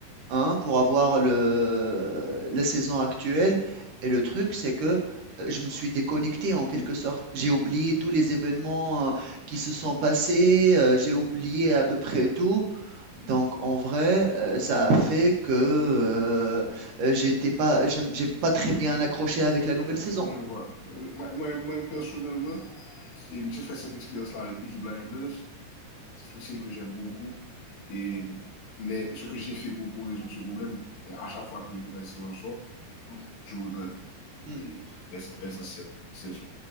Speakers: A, on the right; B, on the left.
A: hein, pour avoir le la saison actuelle et le truc, c'est que, heu, je me suis déconnecté en quelque sorte. J'ai oublié tous les événements, heu, qui se sont passés, heu, j'ai oublié à peu près tout. Donc en vrai, heu, ça a fait que, heu heu, j'étais pas je j'ai pas très bien accroché avec la nouvelle saison.
B: Je vois. Oui, Moi, moi, moi, personnellement, et j'ai fait cette expérience-là avec Peaky Blinders. C'est une série que j'aime beaucoup. Et, mais ce que j'ai fait pour, pour résoudre ce problème, à chaque fois qu'une nouvelle saison sort, je regarde
A: Hmm.
B: les, les anciennes saisons.